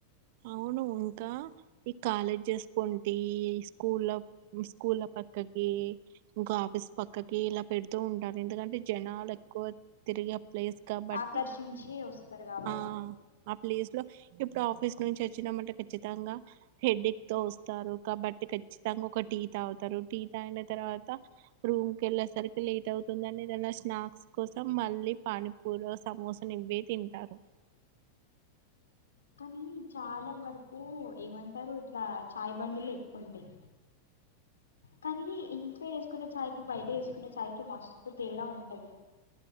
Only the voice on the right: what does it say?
అవును ఇంకా ఈ కాలేజెస్ పొంటి స్కూళ్ల స్కూళ్ల పక్కకి ఇంకా, ఆఫీస్ పక్కకి ఇలా పెడుతూ ఉంటారు ఎందుకంటే జనాలు ఎక్కువ తిరిగే ప్లేస్ కాబట్టి
ఆ ఆ ప్లేస్ లో ఇప్పుడు ఆఫీస్ నుంచి వచ్చినమంట ఖచ్చితంగా హెడేక్ తో వస్తారు కాబట్టి ఖచ్చితంగా ఒక టీ తాగుతారు టీ తాగిన తర్వాత రూమ్ కి వెళ్ళేసరికి లేట్ అవుతుందిని ఏదన్నా స్నాక్స్ కోసం మళ్ళీ పానీపూరో, సమోసను ఇవ్వే తింటారు.